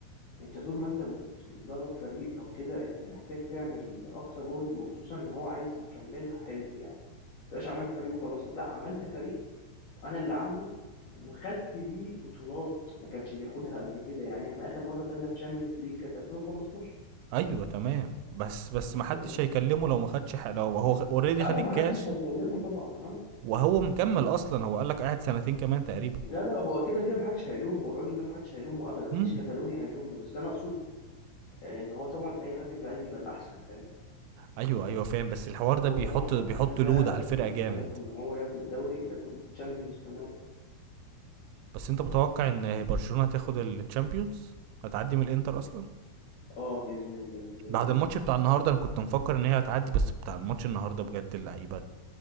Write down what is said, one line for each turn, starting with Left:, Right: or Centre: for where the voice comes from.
Left: أنت طول ما أنت بت- بتدرب فريق أو كده أنت محتاج تعمل أقصى جهد وخصوصا إن هو عايز يكملها حلو يعني ما تبقاش عملت فريق وخلاص لا عملت فريق وانا اللي عامله وخدت بيه بطولات ما كانش بياخدها قبل كده يعني احنا اخر مره خدنا تشامبيونز ليج كانت 2015
Right: أيوه تمام، بس بس ما حدش
Left: فاهم
Right: هيكلمه لو ما خدش ح لو هو خ already
Left: لا
Right: خد
Left: هو
Right: الكاس،
Left: ما حدش هيكلمه طبعا اه
Right: وهو مكمّل أصلًا، هو قال لك قاعد سنتين كمان تقريبًا،
Left: لا لا هو كده كده ما حدش هيلومه الراجل ده ما حدش هيلومه ابدا ما
Right: إمم،
Left: فيش كتالوني هيلومه بس انا اقصد آه، ان هو طبعا اي حد بيبقى عايز يبقى الاحسن فاهم
Right: أيوه، أيوه فاهم، بس الحوار
Left: فهو
Right: ده بيحط
Left: طبعا
Right: بيحط
Left: آه، ده
Right: load
Left: هدفه
Right: على الفرقة
Left: يعني
Right: جامد،
Left: هدفه ان هو ياخد دوري وياخد تشامبيونز كمان
Right: بس أنت متوقع إن برشلونة هتاخد الChampions؟ هتعدّي من الإنتر أصلًا؟
Left: اه باذن الله باذن
Right: بعد الماتش
Left: الله
Right: بتاع النهارده أنا كنت مفكّر إن هي هتعدّي، بس بتاع الماتش النهارده بجد اللعيبة